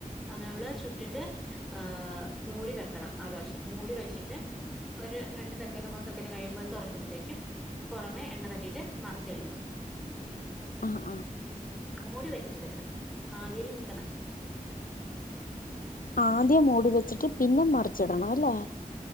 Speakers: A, in the centre; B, on the left (about 75°).
A: നമ്മുടെ ചുട്ടിട്ട് ആ മൂടി വയ്ക്കണം ആദോശ മൂടി വച്ചിട്ട് ഒരു രണ്ടു സ്ഥ രണ്ടുമൂന്ന് സെക്കൻഡ് കഴിയുമ്പോ അത് തൊറക്കുമ്പഴ്ത്തേക്കും പുറമേ എണ്ണ തട്ടിയിട്ട് മറച്ചിടണം
B: ആ ആ
A: മൂടി വെച്ചിട്ട് എടുക്കണം ആവിയില് നിക്കണം
B: ആദ്യം മൂടിവച്ചിട്ട് പിന്നെ മറിച്ചിടണം അല്ലേ